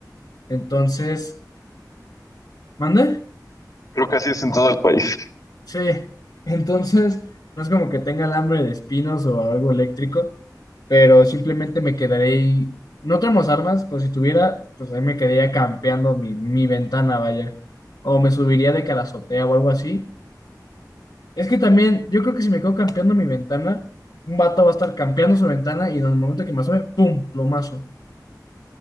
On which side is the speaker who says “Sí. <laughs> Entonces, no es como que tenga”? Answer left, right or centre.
Left